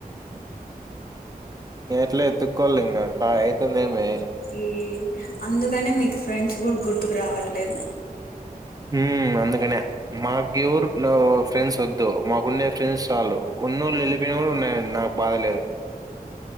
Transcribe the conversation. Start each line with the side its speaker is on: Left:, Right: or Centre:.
Right: ఎట్ల ఎతుక్కోవాలి ఇంగా కా అయితుందేమి
Left: ఈ అందుకనే మీకు ఫ్రెండ్స్ గుడ గుర్తుకు రావట్లేదు.
Right: ఉమ్ అందకనేే మాగేవూర్ ఫ్రెండ్స్ వద్దు మాకున్నే ఫ్రెంస్ చాలు, ఉన్నోళ్ళు ఎళ్ళిపోయిన గుడ నే నాకు బాధలేదు.